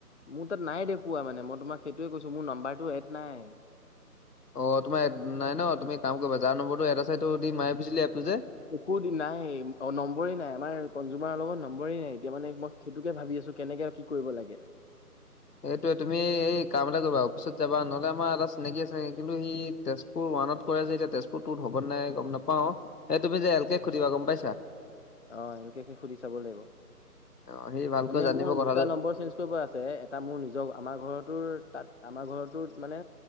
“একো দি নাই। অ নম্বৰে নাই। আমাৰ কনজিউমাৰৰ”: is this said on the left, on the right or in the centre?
Left